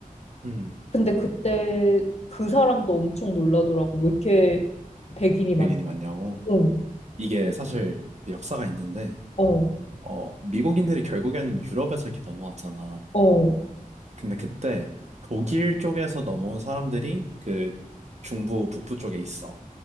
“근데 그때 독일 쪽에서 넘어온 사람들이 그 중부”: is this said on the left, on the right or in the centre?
Right